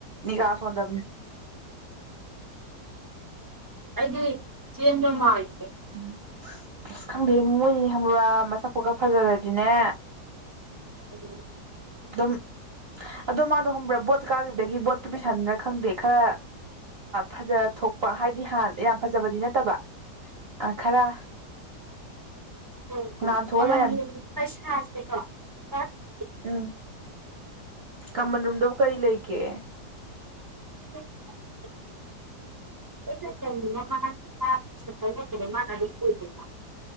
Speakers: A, on the right; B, on the right.
A: ꯅꯤꯒꯥꯥ ꯁꯣꯟꯗꯕꯅꯤ
B: ꯑꯩꯗꯤ ꯆꯦꯟꯟ꯭ꯔꯃ ꯍꯥꯏꯦ
A: ꯎ ꯑꯁ ꯈꯪꯗꯦ ꯃꯣꯏꯅꯤ ꯍꯪꯕ꯭ꯔꯥ ꯃꯆꯥꯛ ꯀꯣꯠꯀ ꯐꯖꯔꯗꯤꯅꯦ
B: ꯎꯝ
A: ꯑꯗꯨꯝ ꯑꯗꯨꯗꯣ ꯃꯥꯅ ꯍꯕ꯭ꯔꯕꯣ ꯀꯥꯈꯤꯕꯗꯒꯤ ꯕꯣꯠꯀꯤ ꯄꯩꯁꯥꯅꯤꯅ ꯈꯪꯗꯦ ꯈꯔ ꯐꯖ ꯊꯣꯛꯄ ꯍꯥꯏꯗꯤ ꯍꯥꯟꯅ ꯌꯥꯝ ꯐꯖꯕꯗꯤ ꯅꯠꯇꯕ ꯑ ꯈꯔ
B: ꯍ ꯍꯣꯏ
A: ꯉꯥꯟꯊꯣꯛꯑ ꯂꯩꯔꯝꯃꯤ
B: ꯣ <inaudible>
A: ꯎꯝ ꯀꯃꯟ ꯀꯩ ꯂꯩ ꯀꯦ
B: <inaudible> ꯗꯤ